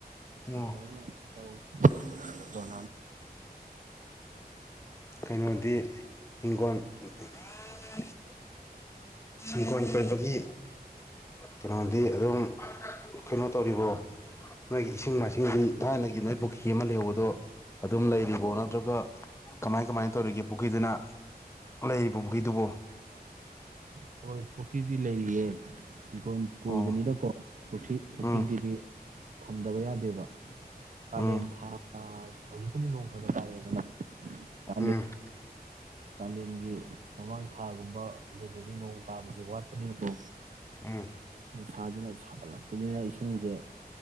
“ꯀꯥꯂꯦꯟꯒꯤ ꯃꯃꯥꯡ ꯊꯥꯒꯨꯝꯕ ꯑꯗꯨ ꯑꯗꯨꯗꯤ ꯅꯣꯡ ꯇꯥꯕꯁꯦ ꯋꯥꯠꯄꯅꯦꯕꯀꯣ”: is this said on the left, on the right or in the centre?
Right